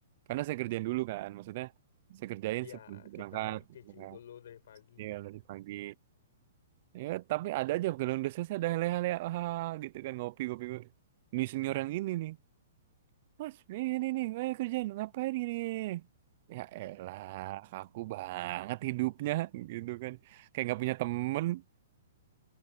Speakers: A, on the right; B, on the left.
A: karena saya kerjain dulu kan maksudnya saya kerjain
B: Ya,
A: sebelum saya
B: kita
A: berangkat
B: cicil
A: ya kan?
B: dulu dari pagi.
A: Iya, dari pagi ya tapi ada aja kalau udah selesai ada leha-leha ah, gitu kan ngopi-ngopi ini senior yang ini nih Mas, ini nih, ayo kerjain, ngapain ini? Ya elah, aku banget hidupnya, gitu kan. Kayak nggak punya temen,